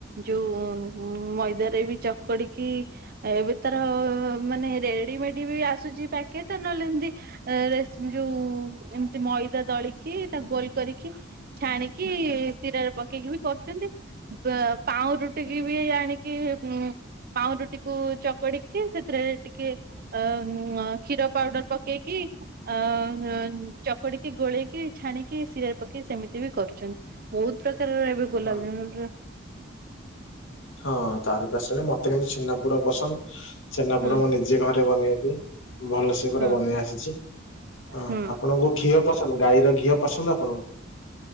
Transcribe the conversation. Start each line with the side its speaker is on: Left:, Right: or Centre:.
Right: ଯୋଉ ମଇଦାରେ ବି ଚକଡିକି ଏବେ ତାର ମାନେ ରେଡି ମେଡି ବି ଆସୁଚି ପ୍ୟାକେଟ ନହେଲେ ଏମତି ଏ ରେସ୍ ଯୋଉ ଏମତି ମଇଦା ଦଳିକି ତାକୁ ଗୋଲ କରିକି ଛାଣିକି ଶିରାରେ ପକେଇକି ବି କରୁଚନ୍ତି। ପ ପାଉଁରୁଟିିକି ବି ଆଣିକି କୁଁ ପାଉଁରୁଟିକୁ ଚକଡିକି ସେଥିରେ ଟିକେ ଅ ଉଁଅ କ୍ଷୀର ପାଉଡର ପକେଇକି ଅ ହଁ ଚକୁଡିକି ଗୋଳେଇକି ଛାଣି କି ସିରାରେ ପକେଇ ସେମିତି ବି କରୁଚନ୍ତି ବୋହୁତ ପ୍ରକାରର ଏବେ ଗୋଲାପଜାମୁନର
Left: ହଁ ହଁ ତାରି ପାଶ ଆଡ଼େ ମତେ କେମିତି ଛେନାପୋଡ଼ ପସନ୍ଦ ଛେନାପୋଡ଼
Right: ହଁ
Left: ମୁଁ ନି ଯେ ଘରେ ବନେଇବି। ଭଲସେ ପୁରା
Right: ହଁ
Left: ବନେଇ ଆସିଚି ହଁ
Right: ହୁଁ
Left: ଆପଣଙ୍କୁ ଘିଅ ପସନ୍ଦ ଗାଈର ଘିଅ ପସନ୍ଦ ଆପଣଙ୍କୁ?